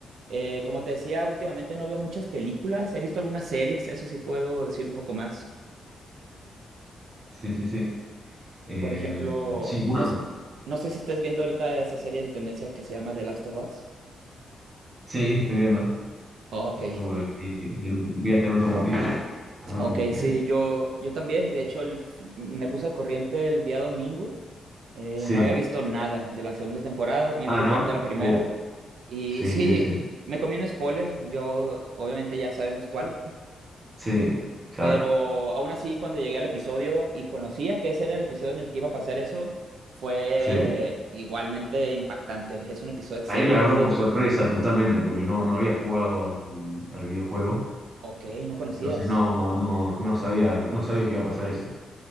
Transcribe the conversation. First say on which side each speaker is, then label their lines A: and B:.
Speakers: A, on the right; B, on the right.
A: Eh, como te decía, últimamente no veo muchas películas, he visto algunas series, eso sí puedo decir un poco más.
B: Sí, sí, sí. sí. Eh,
A: Por ejemplo,
B: sí, bueno,
A: no, s- no sé si estás viendo ahorita esta serie en tendencia que se llama The Last of Us.
B: sí, estoy viendo.
A: Oh, ok,
B: Estuve, vi, vi el último- vi hasta el último capítulo.
A: <laughs>
B: El último
A: ok,
B: que.
A: sí, yo, yo también. De hecho, el fi- me puse al corriente el día domingo. Eh,
B: Sí.
A: no había visto nada de la segunda temporada, vi
B: Ah,
A: un recap
B: ¿no?
A: de la primera.
B: Oh,
A: Y
B: sí,
A: <laughs> sí,
B: sí, sí.
A: me comí un spoiler, yo obviamente ya sabemos cuál,
B: Sí, claro.
A: pero aún así cuando llegué al episodio y conocía que ese era el episodio en el que iba a pasar eso, fue
B: Sí.
A: igualmente impactante. Es un episodio excelente.
B: A mí me agarró por sorpresa totalmente porque no, no había jugado al al videojuego.
A: Ok, no conocías.
B: Entonces no, no, no sabía, no sabía que iba a pasar eso.